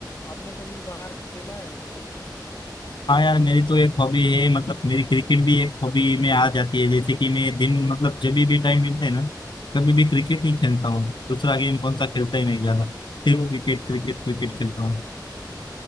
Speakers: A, on the left; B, on the left.
A: आपने कभी बाहर खेला है बताइए
B: हाँ यार मेरी तो एक हॉबी है मतलब मेरी क्रिकेट भी एक हॉबी में आ जाती है जैसे कि मैं दिन मतलब जब भी टाइम मिलता है ना कभी भी क्रिकेट ही खेलता हूँ दूसरा गेम कौन सा खेलता ही नहीं ज्यादा फिर वो क्रिकेट क्रिकेट क्रिकेट खेलता हूँ